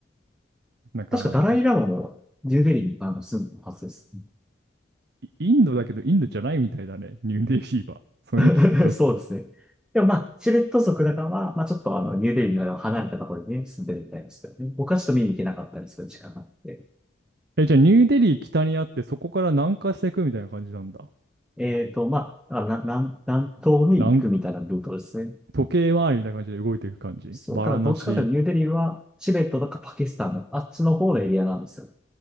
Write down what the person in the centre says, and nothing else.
確かダライラマもニューデリーにあの住んでるはずです。
<laughs> そうですね。でもまあ、チベット族だからは、まあちょっとあの、ニューデリーの離れたところにね、住んでるみたいですけどね。僕はちょっと見に行けなかったんですけど、時間があって。
えっと、まあ、あのな南、南東に行くみたいなルートですね。
そう、
だからどっちかというとニューデリーはチベットとかパキスタンのあっちの方のエリアなんですよ。